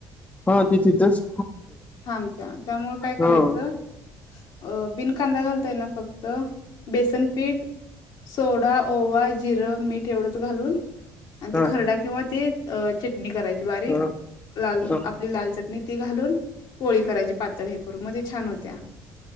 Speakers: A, on the left; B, on the left.
A: हा तिथेचच
B: थांबत्या त्यामुळे काय
A: हो
B: करायचं अ बिन कांदा घालत तेन फक्त बेसनपीठ सोडा ओवा जिर मीठ एवढंच घालून आणि
A: हा
B: ते खरडा किंवा ते अ चटणी करायची बारीक
A: ह
B: लाल
A: हो
B: आपली लाल चटणी ती घालून होळी करायची पात्र हे करू म छान होत्या